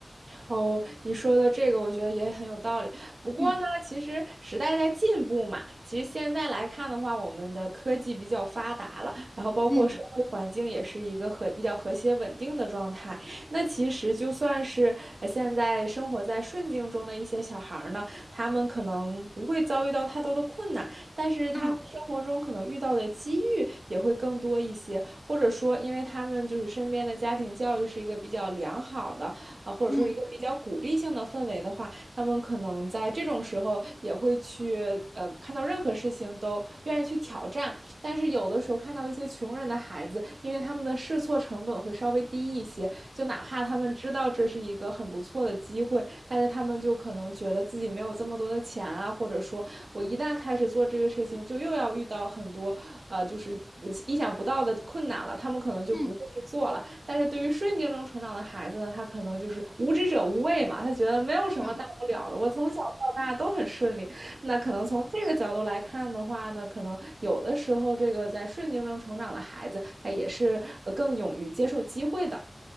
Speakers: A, on the right; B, on the left.
A: 哦，你说的这个我觉得也很有道理。不过呢，
B: 嗯
A: 其实时代在进步嘛，其实现在来看的话，我们的科技比较发达了，然后包括社会环境也是一个和比较和谐稳定的状态。
B: 嗯
A: 那其实就算是呃现在生活在顺境中的一些小孩儿呢，他们可能不会遭遇到太多的困难，但是他们生活中可能遇到的机遇也会更多一些，
B: 嗯
A: 或者说，因为他们就是身边的家庭教育是一个比较良好的，啊，或者说是一个比较鼓励性的氛围的话，
B: 嗯
A: 他们可能在这种时候也会去呃看到任何事情都愿意去挑战。但是有的时候看到一些穷人的孩子，因为他们的试错成本会稍微低一些，就哪怕他们知道这是一个很不错的机会，但是他们就可能觉得自己没有这么多的钱啊，或者说我一旦开始做这个事情，就又要遇到很多呃就是意想不到的困难了，他们可能就不会去做了。
B: 嗯嗯，
A: 但是对于顺境中成长的孩子呢，他可能就是无知者无畏嘛，他觉得没有什么大不了的，
B: 嗯
A: 我从小到大都很顺利。那可能从这个角度来看的话呢，可能有的时候这个在顺境中成长的孩子，他也是呃更勇于接受机会的。